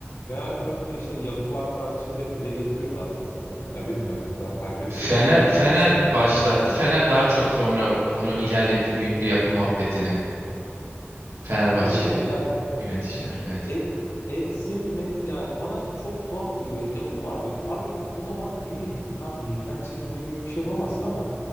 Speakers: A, on the left; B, on the right.
A: Fener tarafı da işte yapı var tarzı şeyleri dile getiriyor bazen sanırım. Ya bilmiyorum o kadar takip etmediğim
B: Fener,
A: için bir şey
B: Fener
A: diyemeyeceğim.
B: başlattı. Fener daha çok sonra bunu ilerletti, büyüttü yapı muhabbetini. Fenerbahçeli
A: E, ya
B: yöneticiler. Evet.
A: Et, etsin met yani bana çok tuhaf geliyor. Ya, yapı var diyorsun. Abi o zaman ne bileyim tam ligden çekilme gibi bir şey yapamazsın ama